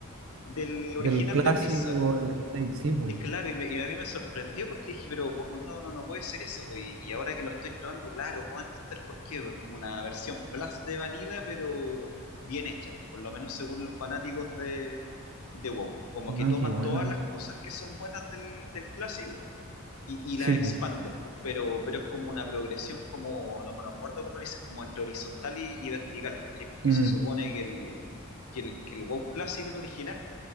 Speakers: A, on the left (about 80°); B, on the right (about 65°).
A: del original
B: del clásico
A: de Blizzard.
B: al retail, sí, pues.
A: es claro, y, me- y a mí me sorprendió porque dije, pero ¿cómo no, no, no puede ser eso? po? Y, y ahora que lo estoy probando, claro, puedo entender por qué. po. Es como una versión plus de Vanilla, pero bien hecha, po, por lo menos según los fanáticos de, de WoW. Como que
B: Ah,
A: toman
B: qué buena.
A: todas las cosas que son buenas del, del clásico y, y
B: Sí,
A: las expanden,
B: pues.
A: po, pero, pero es como una progresión, como, no, me no me acuerdo cómo le dices, como entre horizontal y, y vertical, ¿cachai? Porque
B: Mm,
A: se supone que el, que el, que el WoW clásico, el original,